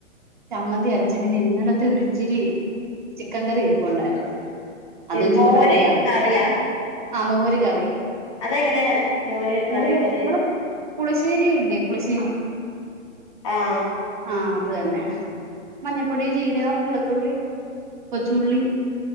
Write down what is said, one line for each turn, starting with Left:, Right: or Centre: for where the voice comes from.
Right: ചമ്മന്തി അരച്ച് പിന്നെ ഇന്നലത്തെ ഒരു ശരി ചിക്കൻ കറി ഇരിപ്പുണ്ടായിരുന്നു അതും
Left: മോര്
Right: ചൂടാക്കി അത്
Left: കറിയാ
Right: ആ മോര് കറി
Left: അതെങ്ങനെ കറി
Right: മോര്
Left: വെക്കല്
Right: കറിയാ മ്മളെ പുളശ്ശേരില്ലേ പുളശ്ശേരി
Left: ആഹ
Right: ആ അത് തന്നെ മഞ്ഞപ്പൊടി ജീരകം വെളുത്തുള്ളി കൊച്ചുള്ളി